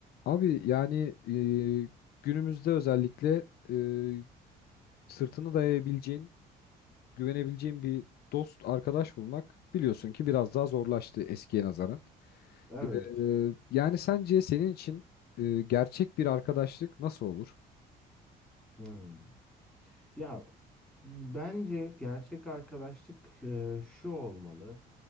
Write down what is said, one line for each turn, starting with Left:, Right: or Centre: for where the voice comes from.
Left: Abi yani e, günümüzde özellikle e, sırtını dayayabileceğin, güvenebileceğin bir dost, arkadaş bulmak biliyorsun ki biraz daha zorlaştı eskiye nazaran.
Centre: Evet.
Left: E, yani sence senin için e, gerçek bir arkadaşlık nasıl olur?
Centre: Hmm. Ya bence gerçek arkadaşlık e, şu olmalı.